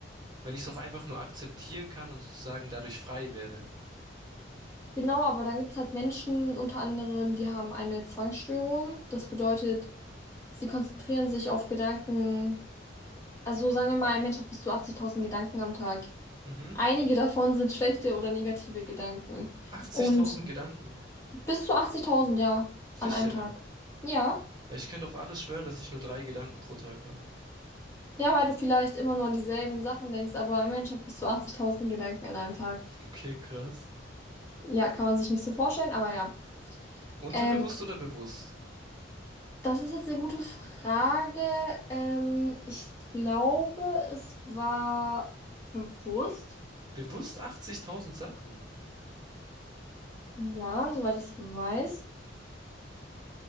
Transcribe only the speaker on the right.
Wenn ich es doch einfach nur akzeptieren kann und sozusagen dadurch frei werde.
Mhm.
80.000
Gedanken.
Sicher.
Ja, Ich könnte auf alles schwören, dass ich nur drei Gedanken pro Tag habe.
Okay, krass.
Unterbewusst
oder bewusst?
Bewusst 80.000 Sachen.